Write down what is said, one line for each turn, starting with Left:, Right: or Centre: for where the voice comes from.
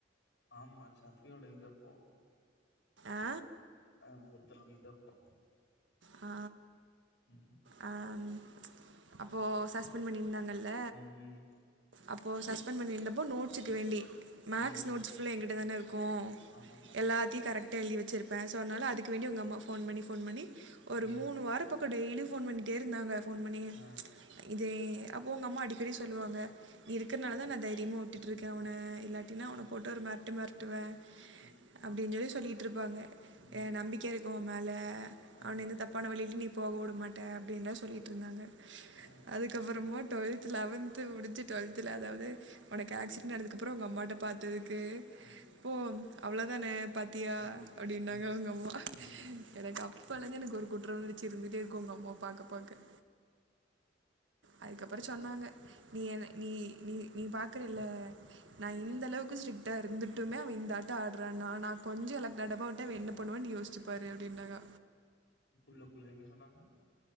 Left: ஆமா ஷஃபியோட இதப்போ
Right: ஆ
Left: அ ஒருத்தரோட இதப்போ
Right: ஆ
Left: ம்
Right: ஆ ம் அப்போது சஸ்பெண்ட் பண்ணியிருந்தாங்கல்ல
Left: ம்
Right: அப்போ சஸ்பெண்ட் பண்ணியிருந்தப்போ நோட்ஸுக்கு வேண்டி மேக்ஸ்
Left: ம் ம்
Right: நோட்ஸ் ஃபுல்லா எங்கிட்ட தானே இருக்கு
Left: ஆமாமா
Right: எல்லா எப்டி கரெக்டா எழுதி வெச்சிருப்பே சோ அத்னால அதுக்கு வேண்டி உங் அம்மா ஃபோன் ஃபோன் பண்ணி ஒரு
Left: ஆ
Right: மூணு வாரோ பக் கோ டெய்லியு ஃபோன் பண்ணிட்டே இருந்தாங்க ஃபோன் பண்ணி
Left: ஆ
Right: இதே அப்போ உங்க அம்மா அடிக்கடி சொல்லுவாங்க நீ இருக்குறனால தா நா தைரியமா விட்டுட்டுருக்கே அவன இல்லாட்டினா அவன
Left: ம்
Right: போட்டு ஒரு மெரட்டு மெரட்டுவே
Left: ம்
Right: அப்டின் சொல்லி சொல்லிகிட்ருப்பாங்க
Left: ம்
Right: எ நம்பிக்க இருக்கு உம் மேல
Left: ஆ
Right: அவன எந்த தப் பாண வழிலயு நீ போக விடமாட்ட அப்டின் தா சொல்லிகிட்டுருந்தாங்க
Left: அ
Right: அதுக்கப்றமா டுவெல்த் லெவன்த்து முடிச்ச டுவெல்த் த்துல அதாது உனக்கு ஆக்சிடென்ட் நடதுக்கப்றோ உங்க அம்மாட்ட பாத்ததுக்கு
Left: ம்
Right: அப்போ அவ்ளோதானே பாத்தியா
Left: ம் ம்
Right: அப்டின்னாங்க உங்க அம்மா
Left: ம்
Right: எனக்கு அப்பலருந்தே எனக்கு ஒரு குற்ற உணர்ச்சி இருந்துட்டே இருக்கு உங்க அம்மாவ பாக்க பாக்க அதுக்கப்பறோ சொன்னாங்க நீ என நீ நீ நீ பாக்குறேல்ல நா இந்த அளவுக்கு ஸ்ரிட்டா இருந்துட்டுமே அவ இந்த ஆட்டோ ஆட்றான்னா நா கொஞ்சோ எலக்குடடபா விட்டே இவெ என்ன பண்ணுவானு யோஸ்ச்சு பாரு அப்டினாங்க
Left: புர்ல புர்ல என்ன சொன்னாங்க